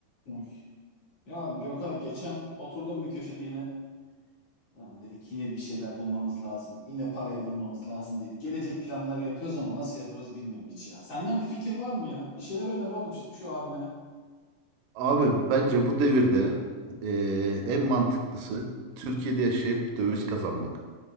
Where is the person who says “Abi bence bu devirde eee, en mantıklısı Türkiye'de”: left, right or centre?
Right